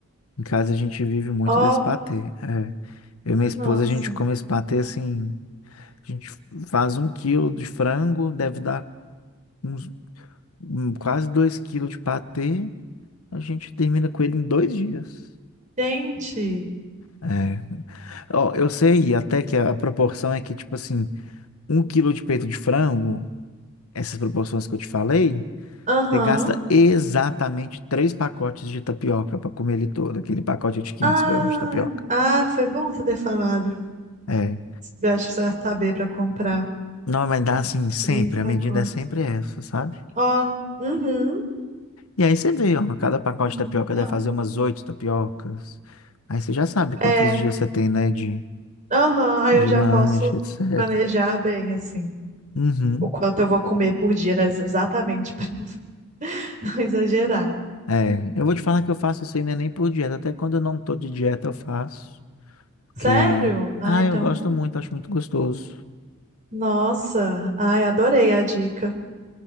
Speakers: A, on the left; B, on the right.
A: Em casa a gente vive muito
B: Ó,
A: desse patê. É. Eu e minha esposa,
B: nossa.
A: a gente come esse patê assim. A gente faz um quilo de frango, deve dar uns hum, quase dois quilos de patê. A gente termina com ele em dois dias.
B: Gente,
A: É. Ó, eu sei até que a proporção é que, tipo assim, um quilo de peito de frango, essas proporções que eu te falei,
B: aham.
A: você gasta exatamente três pacotes de tapioca para comer ele todo, aquele pacote de 500
B: Ah,
A: gramas de tapioca.
B: ah, foi bom você ter falado.
A: É.
B: Acho que você vai saber pra comprar.
A: Não vai dar assim sempre,
B: Três pacotes.
A: a medida é sempre essa, sabe?
B: Ó, uhum.
A: E aí você vê, ó, cada pacote
B: Hum,
A: de tapioca
B: legal.
A: deve fazer umas oito tapiocas. Aí você já sabe quantos
B: É,
A: dias você tem, né, de,
B: aham, aí
A: de
B: eu já
A: lanche,
B: posso
A: etc.
B: planejar bem, assim,
A: Uhum.
B: o quanto eu vou comer por dia, né? ex- Exatamente, <laughs> para não não exagerar.
A: É, eu vou te falar que eu faço isso aí não é nem por dieta, até quando eu não tô de dieta eu faço, porque,
B: Sério? Ah,
A: ah,
B: então,
A: eu gosto muito, acho muito gostoso.
B: nossa, ai, adorei a dica.